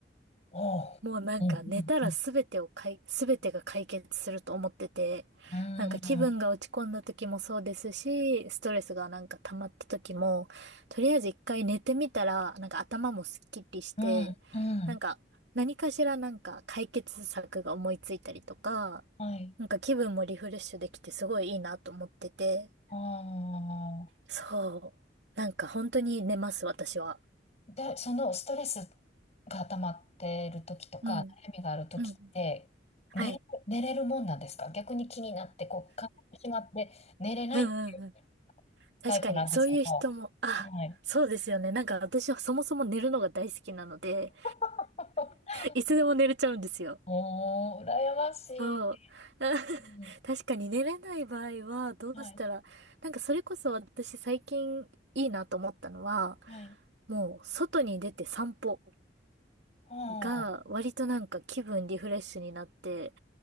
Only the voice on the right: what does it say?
もうなんか寝たらすべてをかい、
すべてが解決すると思ってて、
なんか気分が落ち込んだ時もそうですし、ストレスがなんか溜まった時も、とりあえず一回寝てみたら、なんか頭もすっきりして、
なんか何かしらなんか解決策が思いついたりとか、
なんか気分もリフレッシュできてすごいいいなと思ってて、
そう。なんか本当に寝ます、私は。
うん。
うん。はい。
うんうんうん。確かに、
そういう人も、あ、
そうですよね。なんか私はそもそも寝るのが大好きなので、
いつでも寝れちゃうんですよ。
そう。<laughs>
確かに寝れない場合は、どうしたら、
なんかそれこそ私最近いいなと思ったのは、
もう外に出て散歩
が割となんか気分リフレッシュになって